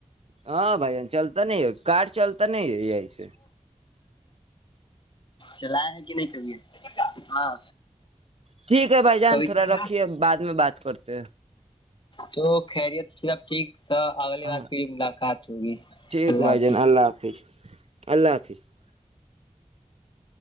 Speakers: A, on the right; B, on the left.
A: ہاں بھ جان چلتا نہیں ہے کار چلتا نہیں ہے یہی سے
B: چلایا ہے کہ نہیں کبھی ہاں
A: ٹھیک ہے بھائی جان
B: کبھی
A: تھوڑا رکھیے بعد میں بات کرتے ہیں
B: تو خیریت س سب ٹھیک تو اگلی
A: ہاں
B: بار پری ملاقات ہوگی
A: ٹھیک
B: اللہ
A: بھائی
B: حافظ
A: جان حافظ اللہ حافظ <unintelligible>